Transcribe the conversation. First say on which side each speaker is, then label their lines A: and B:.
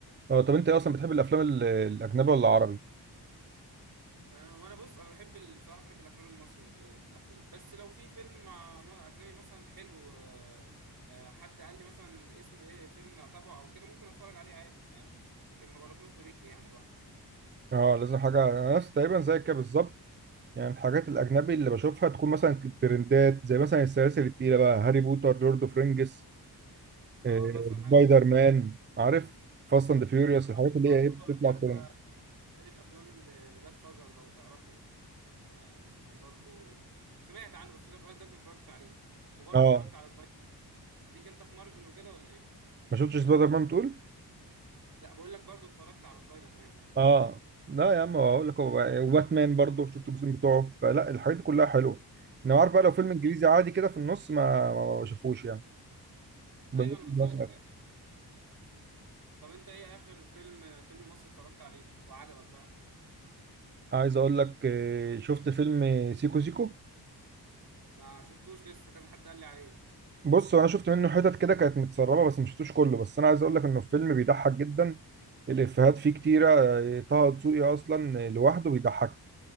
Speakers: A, on the right; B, on the right.
A: اه طب انت إيه اصلا بتحب الافلام ال- الاجنبي ولا العربي؟
B: أه وانا بص انا بحب ال- بصراحه بحب الافلام المصري ب- بالتحديد بس لو في فيلم مع- مع اجنبي مثلا حلو أه آه، حد قال لي مثلا اسم ايه فيلم اتابعه او كده ممكن اتفرج عليه عادي فاهم لكن ما بروحلوش برجلي يعني لوحدي
A: اه لازم حاجة انا نفس تقريبا زيك كده بالظبط يعني الحاجات الاجنبي اللي بشوفها تكون مثلا ترندات زي مثلا السلاسل التقيلة بقى هاري بوتر لورد اوف رينجز
B: اه
A: آه،
B: مثلا حاجه
A: سبايدر مان عارف فاست اند فيوريوس الحاجات
B: الواحد
A: اللي
B: برضو
A: هي ايه بتطلع
B: رجع
A: ترند
B: سلسلة أفلام ل- لجاد فازر لو تعرفه آه كان برضو سمعت عنه بس لغاية دلوقتي ما اتفرجتش عليه وبرضو
A: اه
B: اتفرجت على سبايدر ليك أنت في مارفل وكده ولا إيه؟
A: ما شفتش سبايدر مان بتقول؟
B: لا بقول لك برضو اتفرجت على سبايدر مان آه.
A: اه لا يا عم اقول لك هو وباتمان برضه شفت الجزء بتوعه فلا الحاجات دي كلها حلوه انا عارف بقى لو فيلم
B: بالظبط
A: انجليزي عادي كده في النص ما ما ما بشوفوش يعني بميل
B: أيوه أنا بالظبط
A: للمصري
B: كده
A: أكتر.
B: طب أنت إيه آخر فيلم فيلم مصري اتفرجت عليه وعجبك بقى؟
A: عايز اقول لك آه، شفت فيلم سيكو سيكو
B: ما شفتوش لسه كذا حد قال لي عليه
A: بص انا شفت منه حتت كده كانت متسربه بس ما شفتوش كله بس انا عايز اقول لك انه الفيلم بيضحك جدا الافيهات فيه كتيره آه، طه دسوقي اصلا لوحده بيضحك